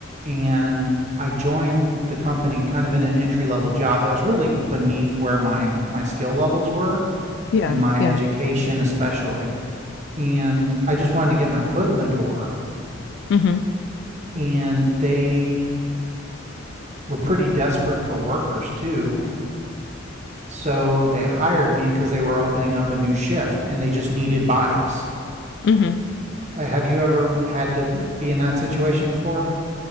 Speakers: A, on the right (about 35°); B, on the left (about 60°).
A: and I joined the company kind of in an entry level job that was really beneath where my my skill levels were
B: yeah,
A: and my
B: yeah.
A: education especially and I just wanted to get my foot in the door
B: Mm-hmm.
A: and they were pretty desperate for workers too so they hired me cuz they were opening up a new shift and they just needed bodies
B: Mm-hmm.
A: uh, have you ever had to be in that situation before